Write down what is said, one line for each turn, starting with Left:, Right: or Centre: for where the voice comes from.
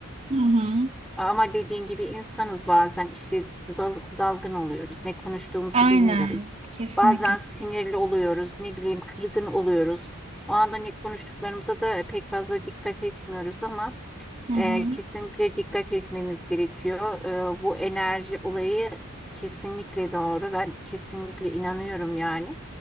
Right: Hı hı.
Centre: ama dediğin gibi insanız bazen işte dal- dalgın oluyoruz. Ne konuştuğumuzu
Right: Aynen.
Centre: bilmiyoruz.
Right: Kesinlikle.
Centre: Bazen sinirli oluyoruz, ne bileyim kırgın oluyoruz. O anda ne konuştuklarımıza da pek fazla dikkat etmiyoruz ama
Right: Hı
Centre: ee,
Right: hı.
Centre: kesinlikle dikkat etmemiz gerekiyor. Ee, bu enerji olayı kesinlikle doğru. Ben kesinlikle inanıyorum yani.